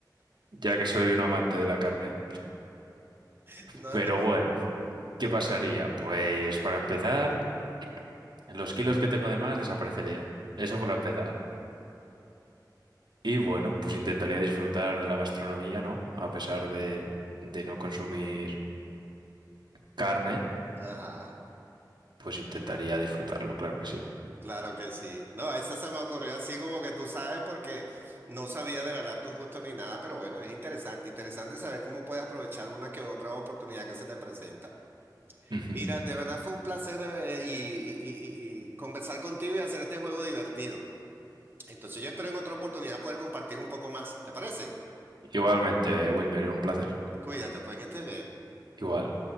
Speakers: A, on the right (about 80°); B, on the right (about 30°).
A: Ya que soy un amante de la carne.
B: <laughs>
A: Pero bueno, ¿qué pasaría? Pues para empezar, los kilos que tengo de más desaparecerían. Eso para empezar. Y bueno, pues intentaría disfrutar de la gastronomía, ¿no? A pesar de, de no consumir carne,
B: No, ajá.
A: pues intentaría disfrutarlo, claro que sí.
B: Claro que sí. No, esa se me ocurrió así como que tú sabes porque no sabía de verdad tus gustos ni nada, pero bueno, es interesante, interesante saber cómo puedes aprovechar una que otra oportunidad que se te presenta.
A: Ujú.
B: Mira, de verdad fue un placer eh, y, y- y- y- y conversar contigo y hacer este juego divertido. Entonces yo espero en otra oportunidad poder compartir un poco más. ¿Te parece?
A: Igualmente, Wilmer, un placer.
B: Cuídate, pues que estés bien.
A: Igual.